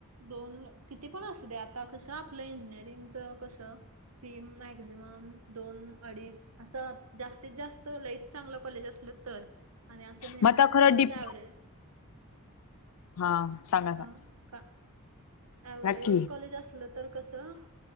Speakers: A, on the right (about 70°); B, on the left (about 75°).
A: दोन किती पण असू दे आता कसं आपलं इंजिनिअरिंगच कसं? फी मॅक्झिमम दोन अडीच असं जास्तीत जास्त लईच चांगलं कॉलेज असल तर आणि असं मिनिमम
B: मग आता खरं
A: लेव्हलच
B: डीप
A: एव्हरेज
B: हा सांग
A: अ का अव्हरेज
B: की
A: कॉलेज अस असल तर कसं